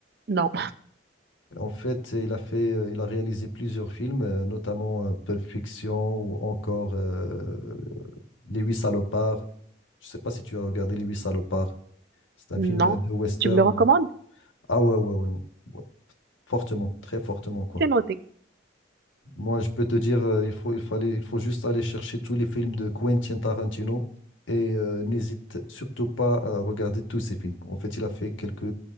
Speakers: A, on the right (about 55°); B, on the left (about 85°).
A: Non,
B: En fait, il a fait, euh, il a réalisé plusieurs films, euh, notamment euh, Pulp Fiction ou encore euh, Les Huit Salopards. Je sais pas si tu as regardé Les Huit Salopards. C'est un
A: non.
B: film euh, de western.
A: Tu me le recommandes?
B: Ah ouais, ouais, ouais, ouais. Fortement, très fortement, quoi.
A: C'est noté.
B: Moi, je peux te dire, euh, il faut, il fallait, il faut juste aller chercher tous les films de Quentin Tarantino et euh, n'hésite surtout pas à regarder tous ses films. En fait, il a fait quelques,